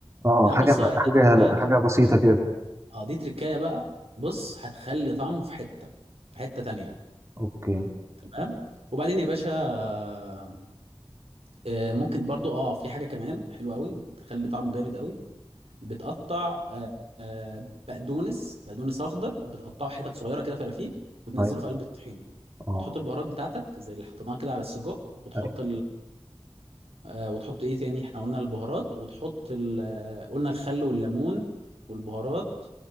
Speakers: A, on the right (about 30°); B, on the right (about 85°).
A: اه
B: ده
A: حاجه
B: بص بقى ده
A: حاجه
B: تركاية
A: حاجه بسيطه كده
B: اه دي تركاية بقى بص هتخلي طعمه في حتة في حتة تانية
A: اوكي
B: تمام وبعدين يا باشا آه آه، ممكن برضو اه في حاجة كمان حلوة قوي بتخلي طعمه جامد قوي بتقطع آه آه، بقدونس بقدونس اخضر بتقطعه حتت صغيرة كده فرافيل وتنزله
A: طيب
B: في قلب الطحينة
A: اه
B: وتحط البهارات بتاعتك زي اللي حطيناها كده على السجق وتحط
A: ايوه
B: آه وتحط ايه تاني احنا قلنا البهارات وتحط ال- آه، قلنا الخل والليمون والبهارات